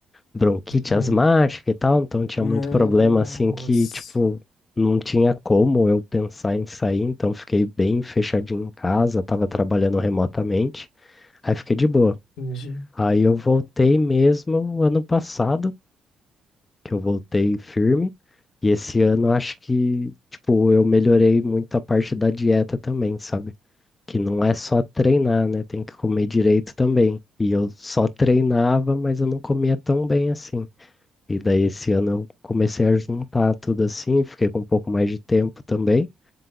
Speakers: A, on the left (about 25°); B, on the left (about 85°).
A: bronquite
B: Hum.
A: asmática e tal, então tinha
B: Nossa.
A: muito problema assim que, tipo, não tinha como eu pensar em sair, então fiquei bem fechadinho em casa, tava trabalhando remotamente, aí fiquei de boa.
B: Entendi.
A: Aí eu voltei mesmo ano passado, que eu voltei firme, e esse ano eu acho que, tipo, eu melhorei muito a parte da dieta também, sabe? Que não é só treinar, né? Tem que comer direito também. E eu só treinava, mas eu não comia tão bem assim. E daí esse ano eu comecei a juntar tudo assim, fiquei com um pouco mais de tempo também.